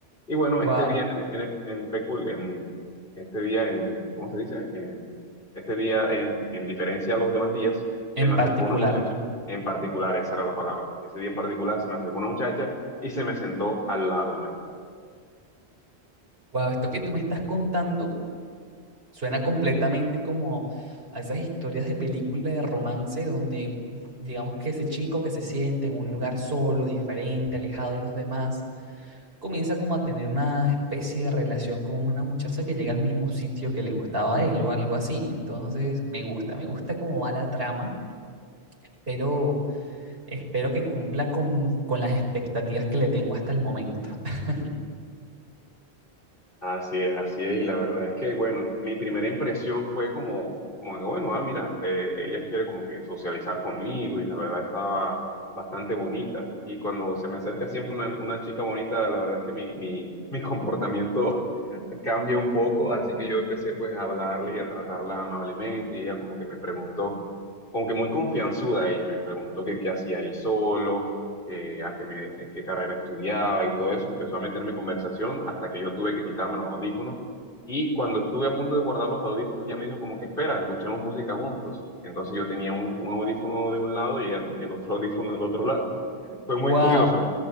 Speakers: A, on the left (about 55°); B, on the right (about 65°).
A: Y bueno,
B: Wow,
A: este día en, en, en pecul- en- este día en, ¿cómo se dice? En- este día en, en diferencia a los demás días,
B: en
A: se me
B: particular.
A: acercó una muchacha en particular, esa era la palabra. Ese día en particular se me acercó una muchacha y se me sentó al lado, imagínate.
B: Wow, esto que tú me estás contando Suena completamente como a esas historias de película de romance donde digamos que ese chico que se siente en un lugar solo, diferente, alejado de los demás, comienza como a tener una especie de relación con una muchacha que llega al mismo sitio que le gustaba a él o algo así. Entonces, me gusta, me gusta cómo va la trama, pero espero que cumpla con, con las expectativas que le tengo hasta el momento. <laughs>
A: Así es, así es, y la verdad es que, bueno, mi primera impresión fue como, como que, bueno, ah, mira, eh, ella quiere como que socializar conmigo y la verdad estaba bastante bonita. Y cuando se me acerca siempre una, una chica bonita, la verdad es que mi, mi, mi comportamiento <laughs> cambia un poco, así que yo empecé pues a hablarle y a tratarla amablemente y ella como que me preguntó, como que muy confianzuda ella, me preguntó que qué hacía ahí solo que, a qué, me, eh, qué carrera estudiaba y todo eso, empezó a meterme conversación hasta que yo tuve que quitarme los audífonos. Y cuando estuve a punto de guardar los audífonos, ella me dijo como que espera, escuchemos música juntos. Entonces yo tenía un, un audífono de un lado y ella tenía el otro <laughs> audífono del otro lado. <laughs> Fue muy
B: Wow,
A: curioso.